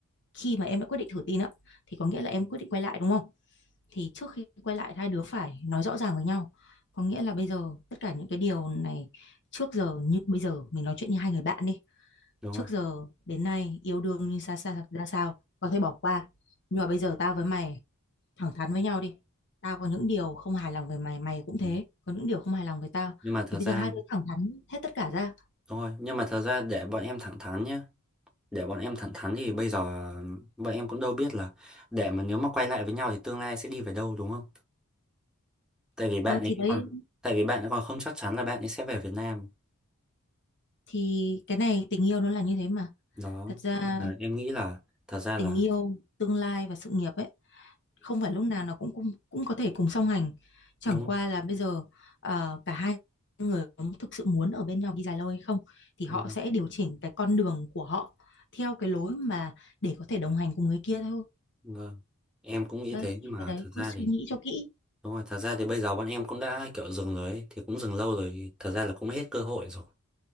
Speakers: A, on the left; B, in the centre.
A: khi mà em đã quyết định thử tin á thì có nghĩa là em quyết định quay lại đúng không thì trước khi quay lại hai đứa phải nói rõ ràng với nhau có nghĩa là bây giờ tất cả những cái điều này trước giờ như bây giờ mình nói chuyện như hai người bạn đi
B: đúng
A: trước
B: rồi
A: giờ đến nay yêu đương như xa xa ra sao có thể bỏ qua nhưng mà bây giờ tao với mày thẳng thắn với nhau đi tao có những điều không hài lòng về mày mày cũng thế
B: Ừ.
A: có những điều không hài lòng về tao
B: nhưng mà thật
A: thì bây
B: ra
A: giờ hai đứa thẳng thắn hết tất cả ra
B: thôi nhưng mà thật ra để bọn em thẳng thắn nhá để bọn em thẳng thắn thì bây giờ bọn em cũng đâu biết là để mà nếu mà quay lại với nhau thì tương lai sẽ đi về đâu đúng không tại vì bạn
A: ờ
B: ấy
A: thì đấy
B: còn tại vì bạn ấy còn không chắc chắn là bạn ấy sẽ về Việt Nam
A: thì cái này tình yêu nó là như thế mà
B: đó
A: thật ra
B: Và em nghĩ là thật ra
A: tình
B: là
A: yêu tương lai và sự nghiệp ấy không phải lúc nào nó cũng cũng, cũng có thể cùng song hành chẳng
B: đúng không?
A: qua là bây giờ ờ, cả hai người cũng thực sự muốn ở bên nhau đi dài lâu hay không thì họ
B: Vâng,
A: sẽ điều chỉnh cái con đường của họ theo cái lối mà để có thể đồng hành cùng người kia thôi
B: vâng. Em cũng nghĩ
A: đấy
B: thế nhưng
A: thì
B: mà
A: cái đấy
B: thật
A: cứ
B: ra
A: suy
B: thì
A: nghĩ cho kỹ
B: đúng rồi, thật ra thì bây giờ bọn em cũng đã kiểu dừng rồi ấy, thì cũng dừng lâu rồi, thật ra là cũng hết cơ hội rồi.